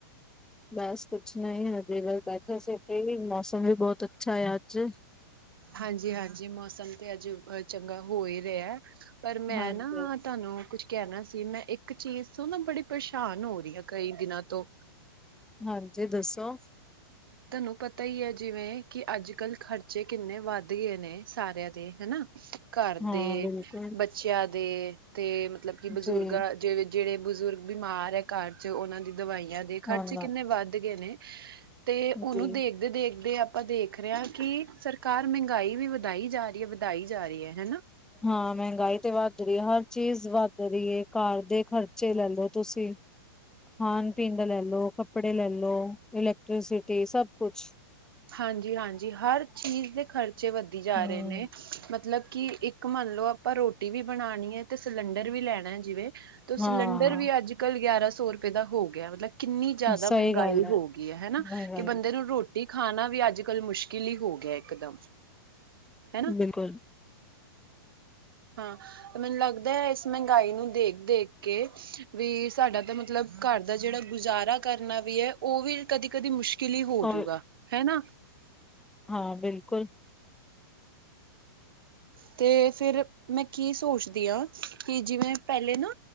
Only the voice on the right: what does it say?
ਹਾਂਜੀ-ਹਾਂਜੀ ਮੌਸਮ ਤੇ ਅੱਜ ਚੰਗਾ ਹੋ ਹੀ ਰਿਆ ਪਰ ਮੈਂ
ਨਾ ਤੁਹਨੂੰ ਕੁਝ ਕਹਿਣਾ ਸੀ ਮੈਂ ਇੱਕ ਚੀਜ਼ ਤੋਂ ਨਾ ਬੜੀ ਪਰੇਸ਼ਾਨ ਹੋ ਰਹੀ ਆ ਕਈ ਦਿਨਾਂ ਤੋਂ।
ਤੁਹਾਨੂੰ ਪਤਾ ਈ ਐ ਜਿਵੇਂ ਕਿ ਅੱਜ-ਕੱਲ੍ਹ ਖ਼ਰਚੇ ਕਿੰਨੇ ਵੱਧ ਗਏ ਨੇ ਸਾਰਿਆਂ ਦੇ ਹਨਾ ਘਰ ਦੇ,
ਬੱਚਿਆਂ ਦੇ ਤੇ ਮਤਲਬ ਕਿ ਬਜ਼ੁਰਗਾਂ
ਜਿਵੇ ਜਿਹੜੇ ਬਜ਼ੁਰਗ ਬਿਮਾਰ ਐ ਘਰ 'ਚ ਉਹਨਾਂ ਦੀ ਦਵਾਈਆਂ ਦੇ ਖਰਚੇ
ਕਿੰਨੇ ਵੱਧ ਗੇ ਨੇ। ਤੇ ਉਹਨੂੰ
ਦੇਖ ਦੇਖਦੇ ਆਪਾਂ ਦੇਖ ਰਹੇ ਹਾਂ ਕਿ ਸਰਕਾਰ ਮਹਿੰਗਾਈ ਵੀ ਵਧਾਈ ਜਾ ਰੀ ਐ ਵਧਾਈ ਜਾ ਰੀ ਐ ਹੈਨਾ।
ਹਾਂਜੀ-ਹਾਂਜੀ ਹਰ ਚੀਜ਼ ਦੇ ਖ਼ਰਚੇ ਵੱਧਦੀ ਜਾ
ਰਹੇ ਨੇ ਮਤਲਬ ਕਿ ਇੱਕ ਮੰਨ ਲਓ ਆਪਾਂ ਰੋਟੀ ਵੀ ਬਣਾਉਣੀ ਹੈ। ਤੇ ਸਿਲੰਡਰ ਵੀ ਲੈਣਾ ਜਿਵੇਂ ਤੇ
ਸਿਲੰਡਰ ਵੀ ਅੱਜ ਕਾਲ ਗਿਆਰਾਂ ਸੌ ਰੁਪਏ ਦਾ ਹੋ ਗਿਆ। ਮਤਲਬ ਕਿੰਨੀ ਜ਼ਿਆਦਾ
ਮਹਿੰਗਾਈ
ਹੋ ਗਈ ਹੈ। ਹਨਾ
ਕਿ ਬੰਦੇ ਨੂੰ ਰੋਟੀ ਖਾਣਾ ਵੀ ਅੱਜ ਕੱਲ ਮੁਸ਼ਕਿਲ ਹੀ ਹੋ ਗਿਆ ਇਕਦਮ ਹਨਾ
ਹਾਂ ਤੇ ਮੈਨੂੰ ਲੱਗਦਾ ਹੈ। ਇਸ ਮਹਿੰਗਾਈ ਨੂੰ ਦੇਖ-ਦੇਖ ਕੇ ਵੀ ਸਾਡਾ ਤਾਂ ਮਤਲਬ ਘਰ ਦਾ ਜਿਹੜਾ ਗੁਜ਼ਾਰਾ ਕਰਨਾ ਵੀ ਹੈ। ਉਹ ਵੀ ਕਦੀ ਕਦੀ ਮੁਸ਼ਕਿਲ ਕਿਲੀ ਹੋਜੂਗਾ
ਹਨਾ
ਤੇ ਫਿਰ ਮੈਂ ਕੀ ਸੋਚਦੀ ਹਾਂ ਕਿ ਜਿਵੇਂ ਪਹਿਲੇ ਨਾ